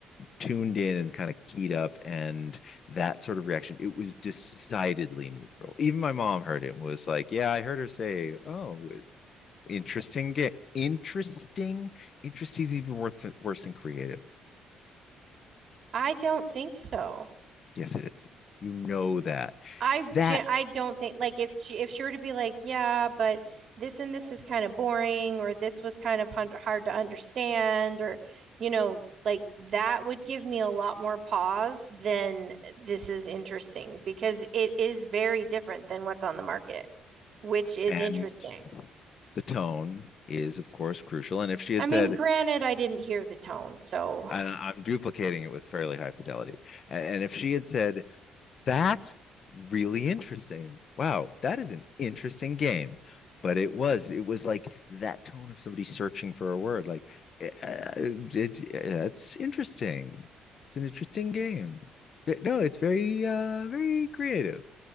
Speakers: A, on the left; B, on the right.
A: tuned in and kind of keyed up and that sort of reaction it was decidedly neutral even my mom heard it and was like yeah i heard her say oh interesting interesting interesting is even worse worse than creative
B: I don't think so.
A: Yes, it is. You know that.
B: I
A: That
B: I don't think like if she if she were to be like, yeah, but this and this is kind of boring, or this was kind of hun- hard to understand, or you know, like that would give me a lot more pause than this is interesting because it is very different than what's on the market, which is
A: and
B: interesting.
A: the tone is, of course, crucial. And if she had
B: I mean,
A: said,
B: granted, I didn't hear the tone, so
A: and I'm duplicating it with fairly high fidelity, and if she had said, that's really interesting. Wow, that is an interesting game. But it was, it was like that tone of somebody searching for a word. Like, "Eh, uh, it's it's interesting. It's an interesting game. But no, it's very, uh, very creative.